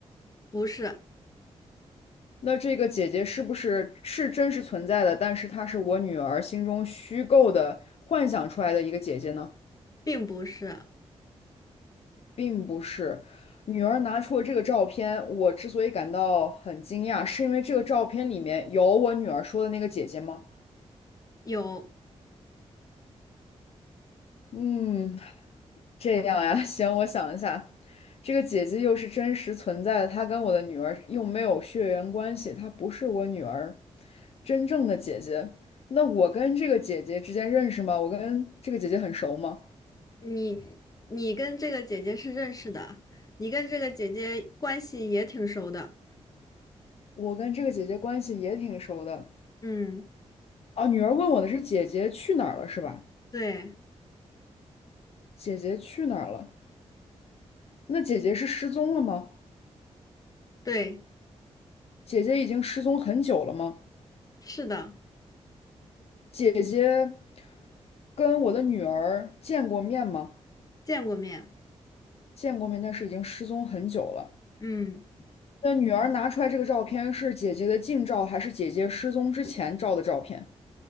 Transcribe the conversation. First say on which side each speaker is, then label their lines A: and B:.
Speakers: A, on the left; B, on the left.
A: 不是，
B: 那这个姐姐是不是是真实存在的？但是她是我女儿心中虚构的幻想出来的一个姐姐呢？
A: 并不是。
B: 并不是，女儿拿出了这个照片，我之所以感到很惊讶，是因为这个照片里面有我女儿说的那个姐姐吗？
A: 有
B: 嗯，这样呀，<laughs> 行，我想一下，这个姐姐又是真实存在的，她跟我的女儿又没有血缘关系，她不是我女儿真正的姐姐。那我跟这个姐姐之间认识吗？我跟这个姐姐很熟吗？
A: 你，你跟这个姐姐是认识的，你跟这个姐姐关系也挺熟的。
B: 我跟这个姐姐关系也挺熟的。
A: 嗯，
B: 啊，女儿问我的是姐姐去哪儿了，是吧？
A: 对
B: 姐姐去哪儿了？那姐姐是失踪了吗？
A: 对，
B: 姐姐已经失踪很久了吗？
A: 是的，
B: 姐姐跟我的女儿见过面吗？
A: 见过面。
B: 见过面，但是已经失踪很久了。
A: 嗯
B: 那女儿拿出来这个照片是姐姐的近照，还是姐姐失踪之前照的照片？